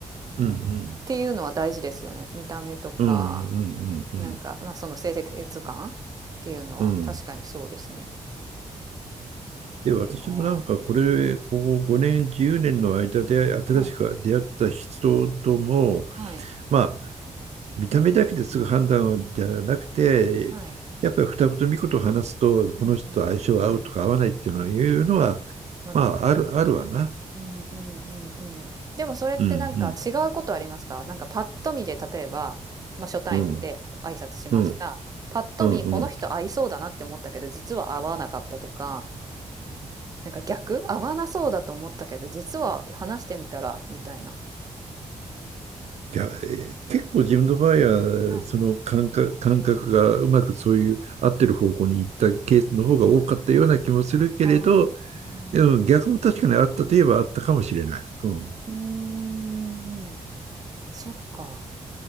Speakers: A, on the right (about 65°); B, on the right (about 30°).
A: うんうん。
B: ていうのは大事ですよね見た目とか
A: うんうんうんうんうん。
B: なんか、まあ、その清潔感っていうのは確かにそうですね
A: うん。
B: そっかは
A: で、私もなんかこれ、ここ5年、10年の間で新しく出会った人とも、
B: いはい。
A: まあ、見た目だけですぐ判断じゃなくて、
B: はい。
A: やっぱり二言三言と話すと、この人と相性合うとか合わないっていうのはいうのは、
B: うんうん。なります。
A: まあ、ある、あるわな。
B: うんうんうんうん。でもそれってなんか違うことありますかなんかパッと見で例えば、
A: うん
B: まあ、初対面で挨拶しました。
A: うん。うん
B: パッと見この人合いそうだなって思ったけど実は合わなかったとか、
A: うんうんうん。
B: なんか逆合わなそうだと思ったけど実は話してみたらみたいな。
A: いや、えー結構自分の場合
B: はい。
A: は、その感覚、感覚がうまくそういう合ってる方向に行ったケースの方が多かったような気もするけれど、
B: ああ。
A: でも逆も確かにあったといえばあったかもしれない。うん。
B: うーん、そっか。